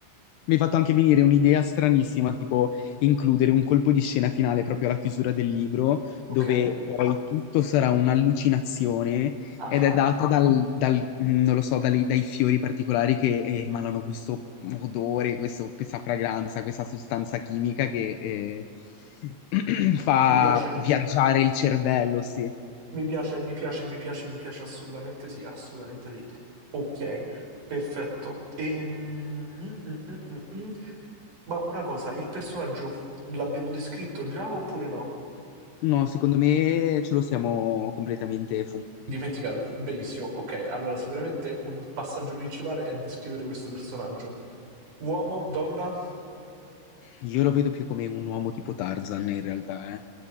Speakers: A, on the left; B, on the right.
A: Mi hai fatto anche venire un'idea stranissima, tipo includere un colpo di scena finale proprio alla chiusura del libro,
B: Ok,
A: dove poi tutto sarà un'allucinazione
B: ah,
A: ed è data dal, dal- mm, non lo so, dalle- dai, fiori particolari che emanano questo odore, questo- questa fragranza, questa sostanza chimica che eh, <clears throat> fa
B: mi piace,
A: viaggiare il cervello, sì.
B: mi piace, mi piace, mi piace, mi piace assolutamente sì, assolutamente sì. Ok, perfetto. Ehm, mm, mm, mm, mm. mm. Ma una cosa, il personaggio l'abbiamo descritto già oppure no?
A: No, secondo me ce lo siamo completamente fumati.
B: Dimenticato, benissimo. Ok, allora sicuramente un passaggio principale è descrivere questo personaggio. Uomo, donna,
A: Io lo vedo più come un uomo tipo Tarzan in realtà, eh.